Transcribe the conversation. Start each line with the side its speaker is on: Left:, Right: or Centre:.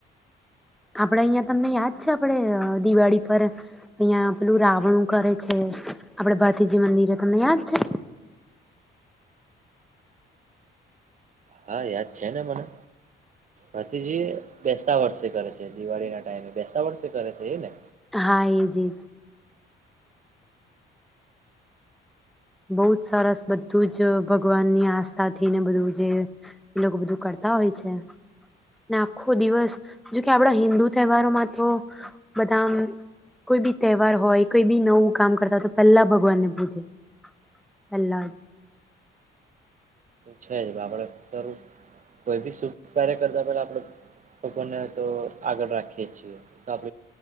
Centre: આપડે અહિયાં તમને યાદ છે, આપડે દિવાળી પર અહિયાયા પેલું રાવણું કરે છે, આપડે ભાતીજી મંદિરે તમને યાદ છે.
Right: હા યાદ છે ને મને, ભથીજી બેસતા વર્ષે કરે છે દિવાળી ના ટાઈમે બેસતા વર્ષે કરે છે એ ને.
Centre: હા એજ એજ. બહુ જ સરસ બધું જ ભગવાન ની આસ્થાથીઈને બધું જે, એ લોકો બધું કરતા હોય છે, આખો દિવસ જોકે આપણા હિન્દુ તહેવારોમાં તો બધા કોઈ બી તહેવાર હોય કોઈ બી નવું કામ કરતા હોય તો પહેલા ભગવાનને પૂજે. પલાજ.
Right: છે જ આપણેે શ કોઈ બી શુ કાર્ય કરતા પેલા આપણે લોકોને તો આગળ રાખીએ છીએ, તો આપ